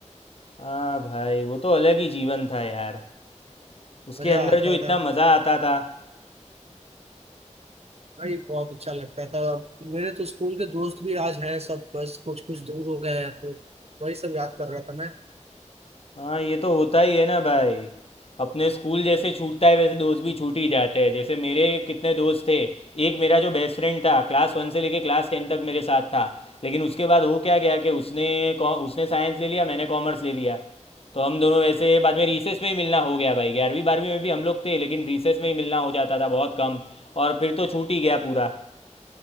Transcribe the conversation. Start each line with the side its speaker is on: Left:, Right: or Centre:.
Left: हाँ भाई वो तो अलग ही जीवन था यार उसके
Right: मजा
Left: अंदर
Right: आता
Left: जो इतना
Right: था
Left: मज़ा आता था
Right: भाई बहुत अच्छा लगता था अब मेरे तो स्कूल के दोस्त भी आज हैं सब बस कुछ कुछ दूर हो गए हैं तो वही सब याद कर रहा था
Left: हाँ ये तो होता ही है ना भाई अपने स्कूल जैसे छूटता है वैसे दोस्त भी छूट ही जाते हैं जैसे मेरे कितने दोस्त थे एक मेरा जो बेस्ट फ्रेंड था क्लास वन से लेके क्लास टेन तक मेरे साथ था लेकिन उसके बाद हो क्या गया कि उसने को- उसने साइंस ले लिया मैंने कॉमर्स ले लिया तो हम दोनों वैसे बाद में रीसेस में ही मिलना हो गया भाई ग्यारहवीं बारहवीं में भी हम लोग थे लेकिन रीसेस में ही मिलना हो जाता था बहुत कम और फिर तो छूट ही गया पूरा